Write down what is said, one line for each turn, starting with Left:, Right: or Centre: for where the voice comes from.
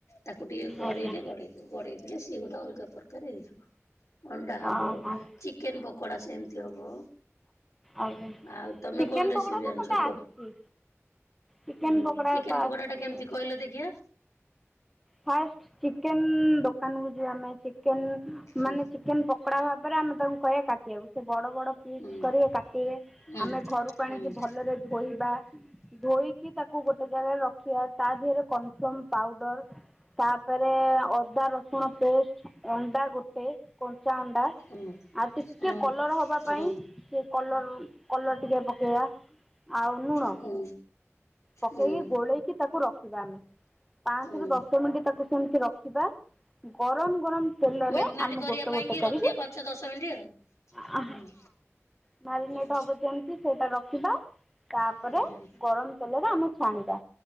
Left: ତାକୁ ଟିକେ ଗରେଇରେ
Centre: ଆଜ୍ଞା
Left: ଗଡେଇ ଦେଇ ଗଡେଇ ଦେଇ ଇଏ ଗୋଟେ ଅଲ୍ ଗା ପ୍ରକାର୍ ହେଇଯିବ ଅଣ୍ଡା
Centre: ହଁ
Left: ହବ,
Centre: ହଁ
Left: ଚିକେନ୍ ପ କଡ଼ା ସେମ୍ ତି ହବ।
Centre: ଆଜ୍ଞା
Left: ଆଉ ତମେ
Centre: ଚିକେନ୍
Left: କଣ ରେସିପି
Centre: ପକୋଡ଼ା ତ
Left: ଜାଣିଚ
Centre: ମୋତେ
Left: କୁହ?
Centre: ଆସିଛି ଚିକେନ୍
Left: ଉଁ
Centre: ପକୋଡ଼ା
Left: ଚିକେନ୍
Centre: ତ
Left: ପକଡା
Centre: ଆସିଛି
Left: ଟା କେମ୍ତି କହିଲ ଦେଖିଆ?
Centre: ପାଷ୍ଟ ଚିକେନ୍ ଦୋକାନ କୁ ଯିବା ଆମେ ଚିକେନ୍
Left: ହୁଁ
Centre: ମାନେ ଚିକେନ୍ ପ ପଡା ଭାବରେ ଆମେ ତାଙ୍କୁ କହିବା କାଟିବାକୁ ସେ ବଡ ବଡ ପିସ୍
Left: ହୁଁ
Centre: କରିଏ କାଟିବେ
Left: ହୁଁ
Centre: ଆମେ ଘରକୁ ଆଣିକି
Left: ହୁଁ
Centre: ଭଲରେ ଧୋଇବା ଧୋଇ କି ତାକୁ ଗୋଟେ ଜାଗାରେ ରଖିବା। ତା ଦିହରେ କନ୍ ଫ୍ଲମ୍ ପାଉଡର ତାପରେ ଅଦା ରସୁଣ ପେଷ୍ଟ ଅଣ୍ଡା ଗୋଟେ କଞ୍ଚା ଅଣ୍ଡା
Left: ହୁଁ ହୁଁ।
Centre: ଆଉ ଟିକେ
Left: ହୁଁ
Centre: କଲର୍ ହବା
Left: ହୁଁ
Centre: ପାଇଁ ସେ କଲର୍ କଲର୍ ଟିକେ ପକେଇବା। ଆଉ ନୁଣ
Left: ହୁଁ
Centre: ପକେଇକି
Left: ହୁଁ
Centre: ଗୋଳେଇକି ତାକୁ ରଖିବା ଆମେ। ପାଞ୍ଚରୁ
Left: ହୁଁ
Centre: ଦଶ୍ ତାକୁ ସେମ୍ତି ରଖିବା। ଗରମ୍ ଗରମ୍ ତେଲରେ
Left: ମ୍ୟାଗନେଟ
Centre: ଆମେ
Left: କରିବା
Centre: ଗୋଟେ
Left: ପାଇଁ
Centre: ଗୋଟେ
Left: କି
Centre: କରିକି
Left: ରଖିବା ପାଞ୍ଚ ଦଶ ମିନିଟ୍ ଆଉ।
Centre: ହଁ
Left: ହୁଁ
Centre: ମ୍ୟାରିନେଟ
Left: ହୁଁ
Centre: ହବ ଯେମିତି ସେଇଟା ରଖିବା। ତାପରେ
Left: ହୁଁ
Centre: ଗରମ ତେଲରେ ଆମେ ଛାଣିବା